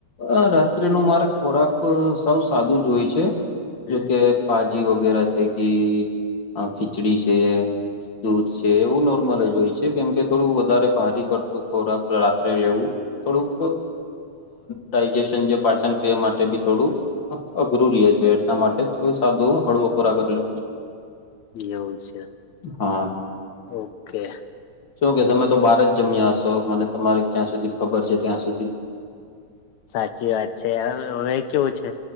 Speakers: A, on the left (about 40°); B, on the left (about 75°).
A: અ રાત્રિનું મારે ખોરાક સૌ સાદું જ હોય છે.
B: હમ
A: જોકે ભાજી વગેરા થકી અ ખીચડી છે. દૂધ છે એવું નોર્મલ જ હોય છે. કેમ કે થોડું વધારે ભારી પડતું ખોરાક રાત્રે લેવું. થોડુંક ડાયજેશન જે પાચન ક્રિયા માટે બી થોડું અઘરું રીએ છે એટલા માટે થોડું સાદું હળવું ખોરાક જ લેવું છું
B: એવું છે?
A: હા
B: ઓકે.
A: શું કે તમે તો બાહર જ જમ્યા હશો. મને તમારી જ્યાં સુધી ખબર છે ત્યાં સુધી
B: સાચી વાત છે હવે, કેવું છે?